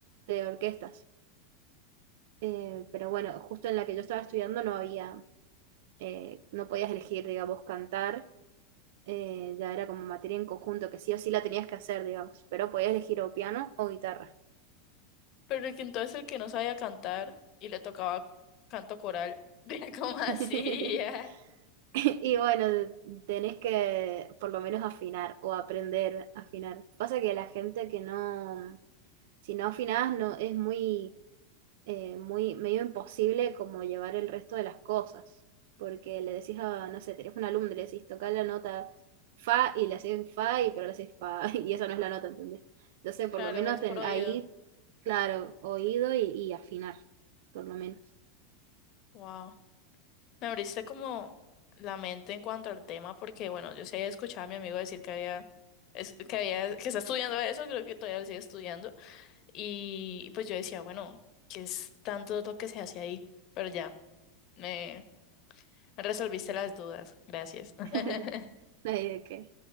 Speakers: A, on the right; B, on the left.
A: de orquestas. Eh, pero bueno, justo en la que yo estaba estudiando no había, eh, no podías elegir, digamos, cantar eh, ya era como materia en conjunto, que sí o sí la tenías que hacer, digamos, pero podías elegir o piano o guitarra.
B: Pero que entonces el que no sabía cantar y le tocaba canto coral, <laughs> vea cómo
A: <laughs>
B: hacía.
A: Y bueno, tenés que por lo menos afinar o aprender a afinar. Pasa que la gente que no, si no afinás, no, es muy eh, muy medio imposible como llevar el resto de las cosas, porque le decís a, no sé, tenés un alumno, le decís tocar la nota fa y le haces fa y pero le haces fa <laughs> y esa no es la nota, ¿entendés? Entonces,
B: Claro,
A: por lo menos
B: es
A: ten-
B: por oído.
A: ahí, claro, oído y, y afinar, por lo menos.
B: Wow. Me abriste como la mente en cuanto al tema, porque bueno, yo sí había escuchado a mi amigo decir que había, es, que había, que está estudiando eso, creo que todavía lo sigue estudiando. Y, y pues yo decía, bueno, que es tanto lo que se hace ahí? Pero ya, me, me resolviste las dudas. Gracias.
A: <laughs>
B: <laughs>
A: No hay de qué.